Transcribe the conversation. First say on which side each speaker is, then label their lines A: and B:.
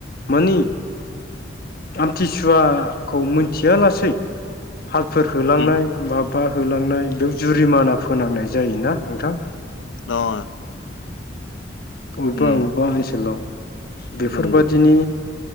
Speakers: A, on the left (about 50°); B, on the left (about 80°).
A: मानि आमथिसुवा खौ मोन्थिया लासै हालफोर होलांनाय
B: उम
A: बा होलांनाय बेयाव जुरिमाना फोनांनाय जायोना नोंथां?
B: <unintelligible>
A: अबेबा-अबेबा
B: उम
A: ओनसोलाव बेफोरबादिनि
B: नंगौ।